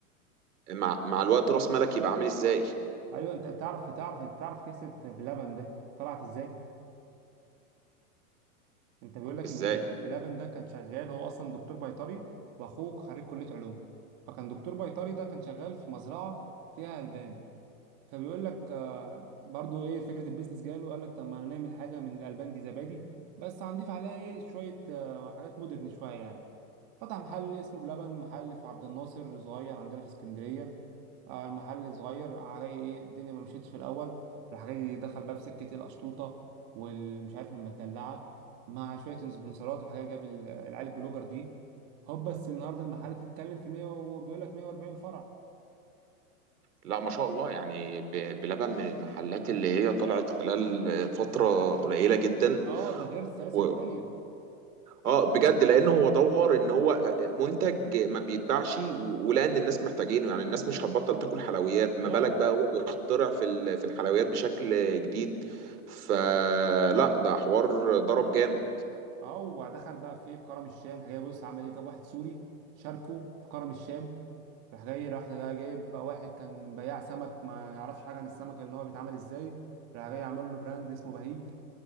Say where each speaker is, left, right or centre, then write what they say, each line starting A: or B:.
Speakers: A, on the right (about 80°); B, on the right (about 35°).
A: مع مع الوقت راس مالك يبقى عامل ازاي
B: ايوه انت تعرف تعرف انت تعرف قصه بلبن ده طلعت ازاي انت بيقول لك
A: ازاي
B: ان بلا- بلبن ده كان شغال هو اصلا دكتور بيطري واخوه خريج كليه علوم فكان دكتور بيطري ده كان شغال في مزرعه فيها البان فبيقول لك آه، برضو ايه فكره البيزنس جاله قال لك طب ما انا نعمل حاجه من الالبان دي زبادي بس هنضيف عليها ايه شويه آه، حاجات مودرن شويه يعني فتح محل اسمه بلبن محل في عبد الناصر صغير عندنا في اسكندريه آه، المحل صغير علي ايه الدنيا ما مشيتش في الاول راح جاي دخل بقى في سكه إيه القشطوطه والمش عارف المدلعه مع شويه سبونسرات الحاجه جاب ال- العيال البلوجر دي هوب بس النهارده المحل بتتكلم في 100 وبيقول لك 140 فرع
A: لا ما شاء الله يعني ب- بلبن من المحلات اللي هي طلعت خلال فترة قليلة جدا
B: اه ده غير السلاسل
A: و...
B: التانيه
A: اه بجد لان هو دور ان هو آه، منتج ما بيتباعش و- ولقى ان الناس محتاجينه يعني الناس مش هتبطل تاكل حلويات ما
B: فعلا
A: بالك بقى هو بيخترع في ال- في الحلويات بشكل جديد فلا ده حوار ضرب جامد
B: اه ودخل بقى في ايه في كرم الشام راح جاي بص عمل ايه جاب واحد سوري شاركه في كرم الشام راح جاي راح جاي جايب بقى واحد كان بياع سمك ما يعرفش حاجه عن السمك ان هو بيتعمل ازاي راح جاي عمل له براند اسمه بهيج